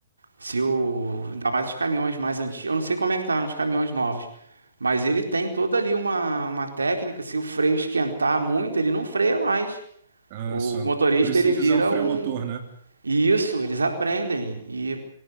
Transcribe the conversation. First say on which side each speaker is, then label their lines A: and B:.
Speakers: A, on the right (about 80°); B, on the right (about 45°).
A: se o, ainda mais os caminhões mais antigos, eu não sei como é que tá nos caminhões novos, mas ele tem toda ali uma, uma técnica, se o freio esquentar muito, ele não freia mais.
B: Ah,
A: O
B: só.
A: motorista
B: Por isso
A: ele
B: tem
A: vira
B: que usar o freio
A: um
B: motor, né?
A: e isso eles aprendem e